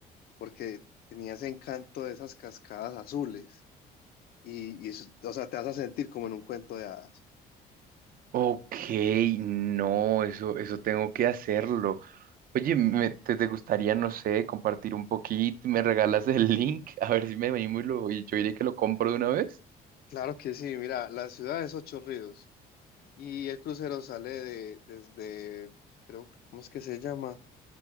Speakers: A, on the left; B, on the right.
A: porque tenía ese encanto de esas cascadas azules y, y eso- o sea, te vas a sentir como en un cuento de hadas.
B: Ok, no, eso, eso tengo que hacerlo. Oye, me- te, te gustaría, no sé, compartir un poquito? ¿Me regalas el <laughs> link? A ver si me animo y lo, y yo iré que lo compro de una vez.
A: Claro que sí, mira, la ciudad es Ocho Ríos y el crucero sale de, desde, creo, que- ¿cómo es que se llama?